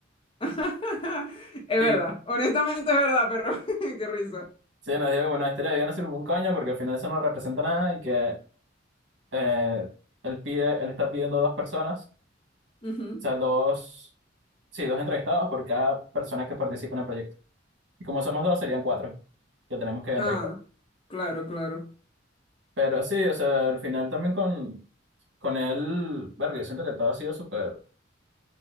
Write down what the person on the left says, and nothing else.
<laughs> Es
verdad, honestamente es verdad, pero <laughs> qué risa.
Ujú.
Ah, claro, claro,